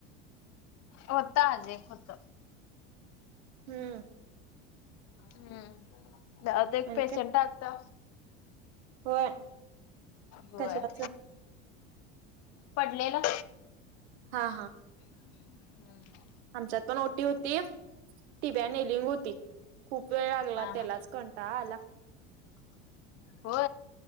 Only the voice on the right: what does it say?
हम्म
आणि
काय
होय
कशाच
हा हा
आमच्यात पण ओटी होती टिब्या निलिंग होती खूप वेळ लागला
त्यालाच
कंटाळा आला